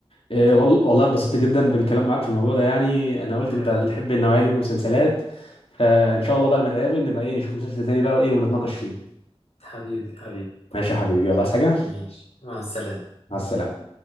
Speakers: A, on the left; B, on the left.
A: إيه،
B: أكيد
A: وال- والله اتبسطت جدا بالكلام معاك في الموضوع ده يعني انا قلت
B: حبيبي
A: انت بتحب النوعيه دي من المسلسلات فان شاء الله بقى لما نتقابل نبقى ايه نشوف مسلسل تاني بقى وايه ونتناقش فيه
B: حبيبي حبيبي
A: ماشي يا حبيبي يلا عايز حاجه
B: ماشي مع السلامة
A: مع السلامه